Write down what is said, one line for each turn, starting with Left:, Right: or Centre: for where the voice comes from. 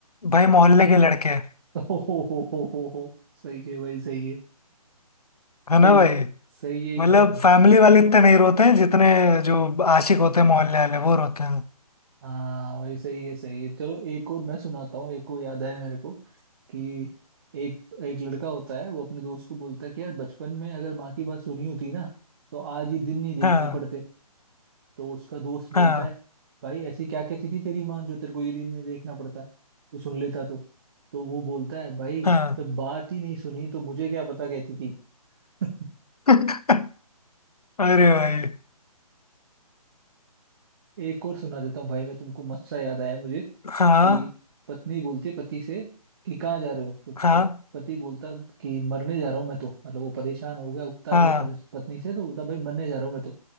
Left: भाई मोहल्ले के लड़के
Right: हो हो हो हो हो हो, सही है भाई सही है
Left: है ना
Right: सही
Left: भाई
Right: सही है एकदम
Left: मतलब
Right: से
Left: फैमिली वाले इतने नहीं रोते हैं जितने जो आशिक होते हैं मोहल्ले वाले वो रोते हैं
Right: हाँ भाई सही है सही है चलो एक और मैं सुनाता हूँ एक और याद है मेरे को कि एक एक लड़का होता है वो अपने दोस्त को बोलता है कि यार बचपन में अगर माँ की बात सुनी होती ना तो आज ये दिन नहीं देखने
Left: हाँ
Right: पड़ते तो उसका दोस्त बोलता
Left: हाँ
Right: है भाई ऐसी क्या कहती थी तेरी माँ जो तेरे को ये दिन नहीं देखना पड़ता तो सुन लेता तो तो वो बोलता है भाई
Left: हाँ
Right: जब बात ही नहीं सुनी तो मुझे क्या पता कहती थी <laughs>
Left: <laughs> अरे भाई
Right: एक और सुना देता हूँ भाई मैं तुमको मस्त सा याद आया मुझे कि
Left: हाँ
Right: पत्नी बोलती है पति से कि कहाँ जा रहे हो तो
Left: हाँ
Right: पत, पति बोलता कि मरने जा रहा हूँ मैं तो मतलब वो परेशान हो गया उकता
Left: हाँ
Right: गया पर, पत्नी से तो बोलता भाई मरने जा रहा हूँ मैं तो